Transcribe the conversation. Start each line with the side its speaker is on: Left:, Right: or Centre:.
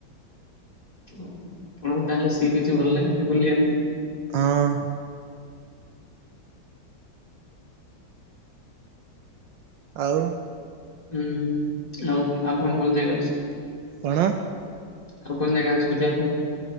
Left: ଓ ହୋ ଆପଣଙ୍କୁ ତାହେଲେ ସି ବିଚ୍ ଭଲ ଲାଗେନି ବୁଲିବାକୁ।
Right: ହଁ। ଆଉ।
Left: ହୁଁ ଆଉ ଆଉ କଣ ଭଲ ଜାଗା ଅଛି।
Right: କଣ।
Left: ଆଉ କଣ ଜାଗା ଅଛି ବୁଲିବା ପାଇଁ।